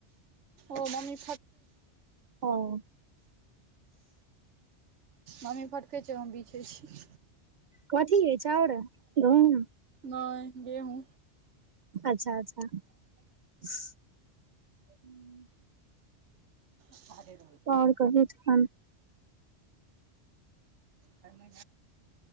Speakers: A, on the right (about 85°); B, on the right (about 50°).
A: ओ मम्म
B: हं
A: मम्मी फटकै छै हम बिछै छी
B: कथी है चाउड़ गहुम
A: नहि गेंहू
B: <inaudible> हूँ
A: महादेव
B: आओर कहु तखन
A: हँ